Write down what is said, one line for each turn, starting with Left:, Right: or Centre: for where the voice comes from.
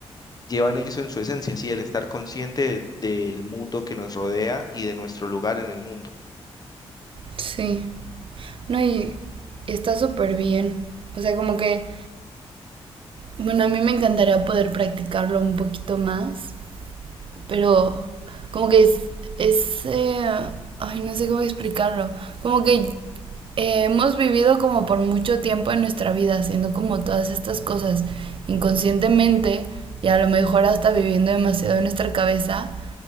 Left: llevan eso en su esencia, sí, el estar consciente de- del mundo que nos rodea y de nuestro lugar en el mundo.
Right: Sí. No, y, y está súper bien. O sea, como que, bueno, a mí me encantaría poder practicarlo un poquito más, pero como que es, es, eh, ay, no sé cómo explicarlo, como que eh, hemos vivido como por mucho tiempo en nuestra vida haciendo como todas estas cosas inconscientemente y a lo mejor hasta viviendo demasiado en nuestra cabeza